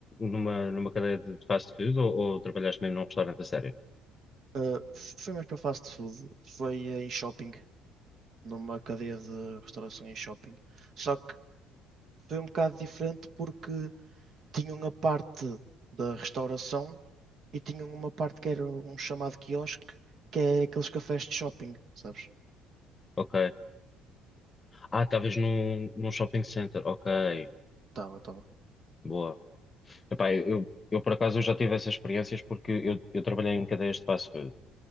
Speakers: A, on the left (about 20°); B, on the right (about 45°).
A: numa, numa cadeia de de fast food ou, ou trabalhaste mesmo num restaurante a sério?
B: eh, foi mais para fast food, foi eh, em shopping, numa cadeia de restauração em shopping. Só que foi um bocado diferente porque tinham a parte da restauração e tinham uma parte que era um chamado quiosque, que é aqueles cafés de shopping, sabes?
A: Ok. Ah, talvez num, num shopping center. Ok.
B: Tava, tava.
A: Boa. Epá, eu, eu, eu, por acaso eu já tive essas experiências porque eu, eu trabalhei em cadeias de fast food,